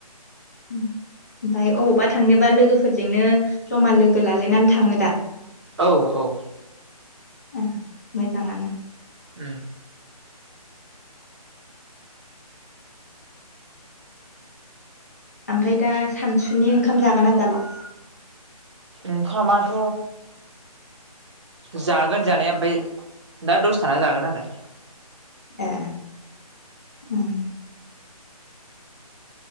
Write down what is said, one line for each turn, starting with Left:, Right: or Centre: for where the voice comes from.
Left: ओमफफाय अबावबा थांनोबा लोगोफोरजोंनो जमा लोगो लालायनानै थाङो दा।
Right: औ औ
Left: ओ मोजांङानो
Right: उम
Left: ओमफ्राय दा सानसुनि ओंखाम जागोन ना जाला
Right: ओंखामाथ' जागोन जानाया ओमफ्राय दा दसथाना जागोन आरो
Left: ए उम